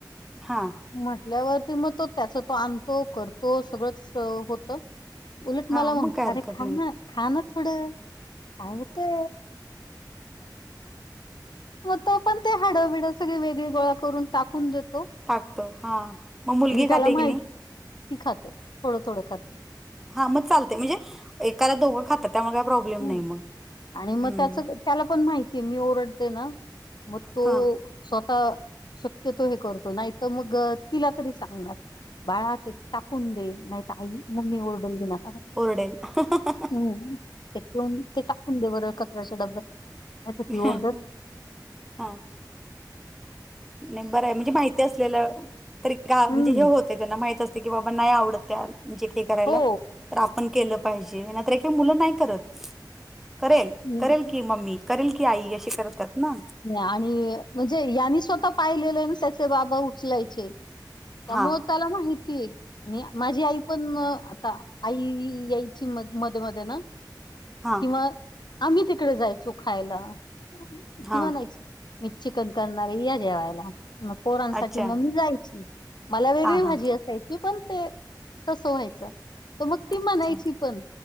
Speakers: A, in the centre; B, on the left.
A: हा
B: म्हटल्यावरती मग तो त्याच तो आणतो, करतो सगळंच होतं. उलट
A: हा
B: मला
A: मग
B: म्हणतो.
A: काय हरकत
B: अरे खाना--खाना
A: नाही
B: थोडं काय होतंय मग तो पण ते हाडं बीडं सगळी वेगळी गोळा करून टाकून देतो.
A: टाकतो. हा! मग मुलगी
B: आणि त्याला
A: खाते
B: माहिती
A: की नाही?
B: ती खाते थोडं--थोडं. खाते.
A: हा मग चालतंय म्हणजे एकाला दोघं खातात त्यामुळे काय प्रॉब्लेम
B: हम्
A: नाही मग
B: आणि मग
A: हम्म
B: त्याच त्याला पण माहिती, मी ओरडते ना मग तो
A: हा
B: स्वतः शक्यतो हे करतो, नाही तर मग तिला तरी सांगणार. बाळा ते टाकून दे, नाहीतर आई मम्मी ओरडल वीना कारण.
A: ओरडेल. हा.. हा.. हा.
B: हम्म. ते ठेऊन, ते टाकून दे बरं कचऱ्याच्या डब्यात. नाही ती
A: हं.
B: ओरडल
A: हा. मेंबर आहे, म्हणजे माहिती असलेलं तरी का? म्हणजे
B: हम्म
A: हे होतं त्यांना माहित असते की, बाबा नाही आवडत त्या जे काही करायला.
B: हो
A: तर आपण केलं पाहिजे. नाही तर का मुलं नाही करत. करेल,
B: हम्म
A: करेल की मम्मी. करेल की आई. अशी करतात ना
B: नी आणि म्हणजे यांनी स्वतः पाहिलेलं आहे ना त्याचे बाबा उचलायचे. त्यामुळे
A: हा
B: त्याला माहितीय. आणि माझी आई पण आता, आई यायची मध मध्ये मध्ये ना.
A: हा
B: किंवा आम्ही तिकडे जायचो खायला. ती
A: हा
B: म्हणायची, मी चिकन करणारे या जेवायला. मग पोरांनसाठी
A: अच्छा
B: मग मी जायची. मला वेगळी
A: हा
B: भाजी
A: हा
B: असायची पण ते तसं व्हायचं. तर मग ती म्हणायची
A: अच्छा
B: पण